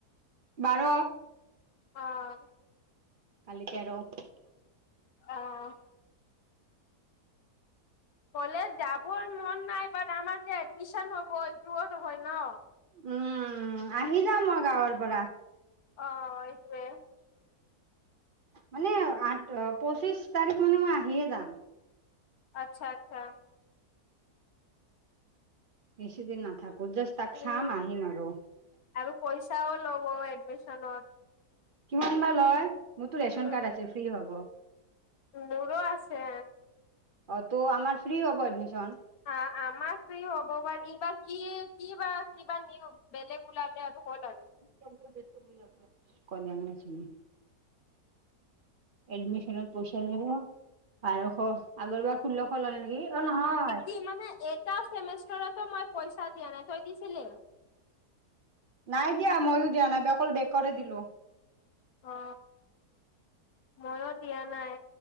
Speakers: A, on the right; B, on the left.
A: বাৰ।
B: অ'!
A: <unintelligible>
B: অ'! কলেজ যাবৰ মন নাই। বাত, আমাৰ যে, এডমিশ্যন হ'ব, এতোৰো হয় ন'।
A: উম, আহি যাম মই গাঁৱৰ পৰা।
B: অ'! এইটোৱে।
A: মানে, আঠ, পঁচিশ তাৰিখ মানে মই আহিয়ে যাম।
B: আচ্ছা, আচ্ছা।
A: বেছিদিন নাথাকোঁ। জাষ্ট তাত
B: উম
A: চাম, আহিম আৰু।
B: আৰু পইচাও ল'ব এডমিশ্যনত।
A: কিমান বা লয়? মোৰতো ৰেচন
B: উম
A: কাৰ্ড আছে, ফ্ৰী হ'ব।
B: মোৰো আছে।
A: অ'! ত' আমাৰ ফ্ৰী হ'ব এডমিশ্যন।
B: আ, আমাৰ ফ্ৰী হ'ব। বা এইবাৰ কি কি বা কিবা নিয়ম, বেলেগ ওলালে আৰু হ'ল আৰু।
A: <unintelligible> কল্যাণ নে চিমি? এডমিশ্যনত পইচা নিব বাৰশ, আগৰ বাৰ ষোল্লশ ল'লে নেকি? অ'! নহয়।
B: কি মানে, এটা সেই মেচখনটো মই পইচা দিয়া নাই, তই দিছিলি?
A: নাই দিয়া। মইও দিয়া নাই, অকল <unintelligible> দিলোঁ।
B: অ মই দিয়া নাই,